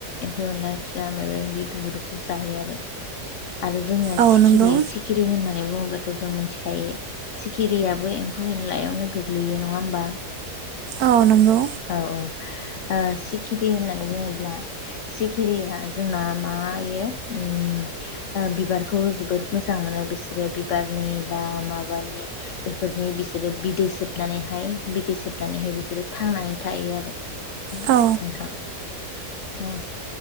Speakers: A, on the left (about 65°); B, on the right (about 75°).
A: एम्फौ एनला फिसा मायबा मायबि बेफोरखौ जायो आरो, आरो जोंनिया
B: औ
A: सिखिरि
B: नंगौ
A: सिखिरि होननानै बुङोब्लाथ' जों मोनथिखायो। सिखिरियाबो एम्फौ एनलायावनो गोग्लैयो, नङा होमबा?
B: औ नंगौ।
A: औ औ ओ सिखिरि होननानै बुङोब्ला सिखिरिया जोंना मा इयो उम ओ बिबारखौ जोबोद मोजां मोनो बिसोरो बिबारनि बा माबानि बेफोरनि बिसोरो बिदै सोबनानैहाय बिदै सोबनानैहाय बिसोरो थांनानै थायो आरो
B: औ
A: नोंथां। औ